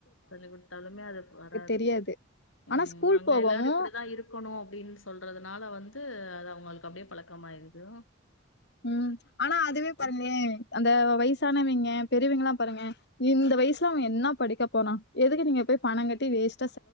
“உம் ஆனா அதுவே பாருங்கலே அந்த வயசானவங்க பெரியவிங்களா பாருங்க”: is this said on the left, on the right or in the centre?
Left